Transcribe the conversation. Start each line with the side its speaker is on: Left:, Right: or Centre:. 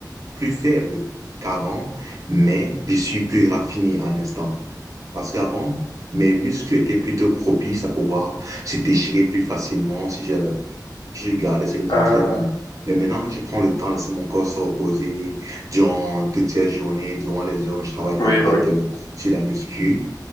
Right: plus faible qu'avant, mais je suis plus raffiné à l'instant. Parce qu'avant, mes muscles étaient plutôt propices à pouvoir se déchirer plus facilement si je, si je gardais ce rythme
Left: Ah
Right: d'entraînement. Mais maintenant que je prends le temps de laisser mon corps se reposer durant toutes ces journées, durant les heures où je travaille
Left: oui
Right: pas en fait
Left: bah oui
Right: euh, sur la muscu,